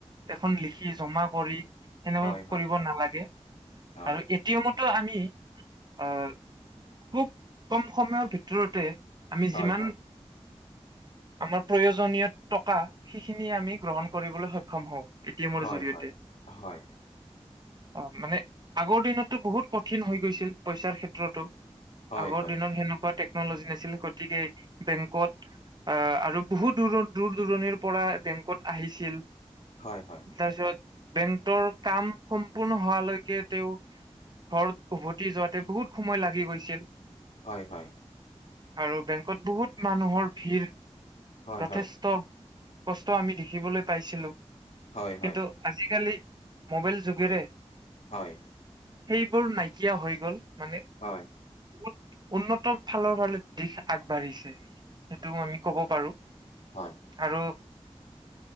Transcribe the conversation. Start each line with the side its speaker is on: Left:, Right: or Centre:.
Right: এখন লিখি জমা কৰি এনেকুৱা
Left: হয় হয়
Right: কৰিব নালাগে
Left: হয়
Right: আৰু কিয়নোতো আমি অ খুব কম সময়ৰ ভিতৰতে আমি
Left: হয়
Right: যিমান
Left: হয়
Right: আমাৰ প্ৰয়োজনীয় টকা সেইখিনিয়ে আমি গ্ৰহণ কৰিবলৈ সক্ষম হওঁ। এ টি এমৰ
Left: হয়
Right: জৰিয়তে।
Left: হয় হয়
Right: অঁ মানে আগৰ দিনত তো বহুত কঠিন হৈ গৈছিল পইচাৰ ক্ষেত্ৰতো
Left: হয়
Right: আগৰ দিনত সেনেকুৱা টেকনলজি নাছিল গতিকে বেংকত অঁ আৰু বহুত দূৰ দূৰ দূৰণিৰ পৰা বেংকত আহিছিল
Left: হয় হয়।
Right: তাৰপিছত বেংকৰ কাম সম্পূৰ্ণ হোৱালৈকে তেওঁ ঘৰত উভতি যোৱাতে বহুত সময় লাগি গৈছিল
Left: হয় হয়।
Right: আৰু বেংকত বহুত মানুহৰ ভিৰ
Left: হয় হয়
Right: যথেষ্ট
Left: হয় হয় হয়
Right: কষ্ট আমি দেখিবলৈ পাইছিলোঁ
Left: হয়
Right: কিন্তু আজিকালি মোবাইল যুগেৰে
Left: হয়।
Right: সেইবোৰ নাইকিয়া হৈ গ'ল মানে
Left: হয়।
Right: বহুত উন্নত ফালৰ ফালে দিশ আগবাঢ়িছে সেইটো আমি কব পাৰো-
Left: হয়
Right: আৰু